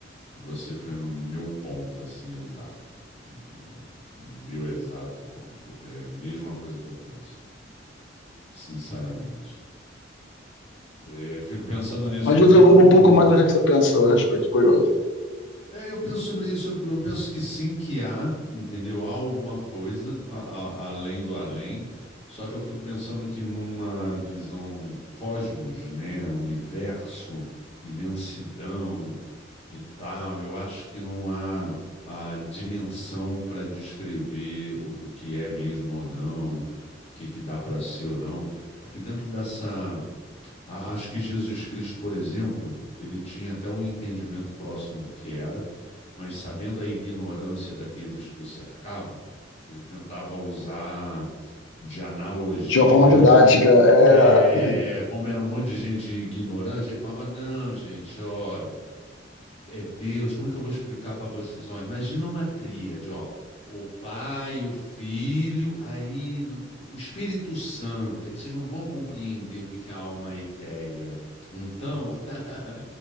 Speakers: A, on the left; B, on the left.
A: Você foi no meu ponto, assim, exato, entendeu? No meu exato ponto, porque eu pe- é a mesma coisa que eu penso, sinceramente. É, fico pensando nisso,
B: Mas
A: porque
B: desenvolva
A: o, o,
B: um pouco mais do que você pensa a respeito, curioso.
A: É, eu penso sobre isso, eu eu penso que sim, que há, entendeu? Há alguma coisa a- a- além do além, só que eu fico pensando que numa visão cosmos, né? Universo, imensidão e tal, eu acho que não há a dimensão para descrever o, o que é mesmo ou não, o que que dá para ser ou não, porque dentro dessa a- acho que Jesus Cristo, por exemplo, ele tinha até um entendimento próximo do que era, mas sabendo a ignorância daqueles que o cercavam, ele tentava usar de analogias.
B: De uma forma didática, é,
A: É, como era um monte de gente ignorante, ele falava: não, gente, olha. É Deus, como é que eu vou explicar para vocês? Ó, imagina uma tríade, ó. O Pai, o Filho, aí no- o Espírito Santo. É que vocês não vão compreender o que que é a alma etérea. Então, <laughs>